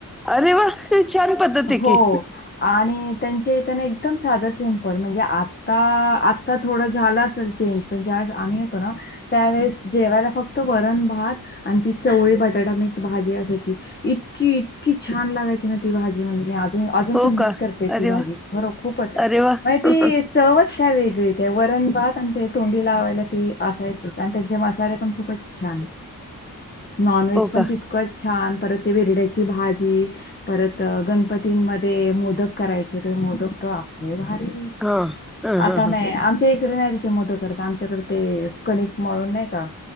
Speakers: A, in the centre; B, on the left.
A: अरे वा, छान पद्धत हाय
B: हो.
A: की.
B: आणि त्यांच्या इथना एकदम साधा सिंपल म्हणजे आता आता थोडं झाला असल चेंज म्हणजे -- आम्ही होतो ना त्यावेेळेस जेवायला फक्त वरण भात आणि ती चवळी बटाटा मिक्स भाजी असयची इ तकी इतकी छान लागायची ना ती भाजी म्हणजे मी आजून
A: हो
B: पण मिस
A: का
B: करते
A: अरे
B: ती भाजी
A: वा
B: खरो खूपच
A: अरे वा
B: मग
A: हो
B: ती चवच -- काय वेगळी ते वरण भात आणि ते तोंडी लावायला ती असाय -- त्यांचे मसाले पण खूपच छान. नॉन व्हेज पण
A: का
B: तितकचं छान परत -- ते वेरड्याची भाजी परत गणपतींमध्ये मोदक करायचे ते मोदक -- लयं भारी
A: हा हा
B: आता
A: हा हा
B: नाही आमच्या हि -- कडे नाही तसे मोदक करत. आमच्याकडे ते कनीक मळून नाही का